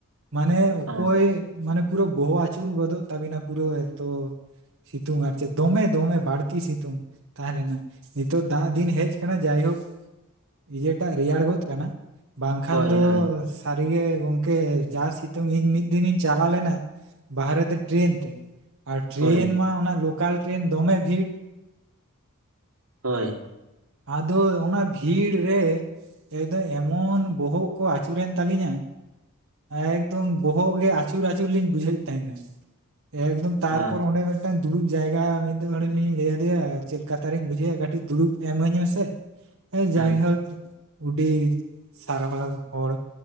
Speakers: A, on the right; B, on the right.
A: ᱢᱟᱱᱮ ᱚᱠᱚᱭ
B: ᱚ
A: ᱢᱟᱱᱮ ᱯᱩᱨᱟᱹ ᱵᱚᱦᱚᱜ ᱟᱪᱩᱨ ᱜᱚᱫᱚᱜ ᱛᱟᱵᱤᱱᱟ ᱯᱩᱨᱟᱹ ᱮᱛᱚ ᱥᱤᱛᱩᱝ ᱟᱨ ᱪᱮᱫ ᱫᱚᱢᱮ ᱫᱚᱢᱮ ᱵᱟᱹᱲᱛᱤ ᱥᱤᱛᱩᱝ ᱛᱟᱦᱮ ᱞᱮᱱᱟ ᱱᱤᱛᱚᱜ ᱫᱟᱜ ᱫᱤᱱ ᱦᱮᱡ ᱠᱟᱱᱟ ᱡᱟᱭᱦᱳᱠ ᱤᱭᱟᱹ ᱴᱟᱜ ᱨᱮᱭᱟᱲ ᱜᱚᱫ ᱠᱟᱱᱟ ᱵᱟᱝᱠᱷᱟᱱ
B: ᱦᱳᱭ
A: ᱫᱚ
B: ᱦᱳᱭ
A: ᱥᱟᱹᱨᱤᱜᱮ ᱜᱚᱝᱠᱮ ᱡᱟ ᱥᱤᱛᱩᱝ ᱤᱧ ᱢᱤᱫ ᱫᱤᱱ ᱤᱧ ᱪᱟᱞᱟ ᱞᱮᱱᱟ ᱵᱟᱦᱮᱨᱮ ᱛᱮ ᱴᱮᱨᱮᱱ ᱛᱮ ᱟᱨ ᱴᱨᱮᱱ
B: ᱦᱳᱭ
A: ᱢᱟ ᱚᱱᱟ ᱞᱳᱠᱟᱞ ᱴᱨᱮᱱ ᱫᱚᱢᱮ ᱵᱷᱤᱲ
B: ᱦᱳᱭ᱾
A: ᱟᱫᱚ ᱚᱱᱟ ᱵᱷᱤᱲ ᱨᱮ ᱢᱟᱹᱭᱫᱚ ᱮᱢᱚᱱ ᱵᱚᱦᱚᱜ ᱠᱚ ᱟᱪᱩᱨ ᱮᱱ ᱛᱟᱹᱞᱤᱧᱟ ᱮᱠᱫᱚᱢ ᱵᱚᱦᱚᱜ ᱜᱮ ᱟᱪᱩᱨ ᱟᱪᱩᱨ ᱞᱤᱧ ᱵᱩᱡᱷᱟᱹᱣ ᱮᱫ ᱛᱟᱦᱮᱸᱱᱟ᱾ ᱮᱠᱫᱚᱢ ᱛᱟᱨᱯᱚᱨ
B: ᱚ
A: ᱚᱸᱰᱮ ᱢᱤᱫ ᱴᱮᱱ ᱫᱩᱲᱩᱵ ᱡᱟᱭᱜᱟ ᱢᱤᱫ ᱦᱚᱲᱤᱧ ᱞᱟᱹᱭ ᱟᱫᱮᱭᱟ ᱪᱮᱫ ᱠᱟᱛᱟᱨᱤᱧ ᱵᱩᱡᱷᱟᱹᱜᱮᱼᱟ ᱠᱟᱹᱴᱤᱡ ᱫᱩᱲᱩᱵ ᱮᱢᱟᱹᱧ ᱢᱮᱥᱮ ᱦᱮᱸ
B: ᱦᱩᱸ
A: ᱡᱟᱭᱦᱳᱠ ᱩᱹᱰᱤ ᱥᱟᱨᱦᱟᱣ ᱦᱚᱲ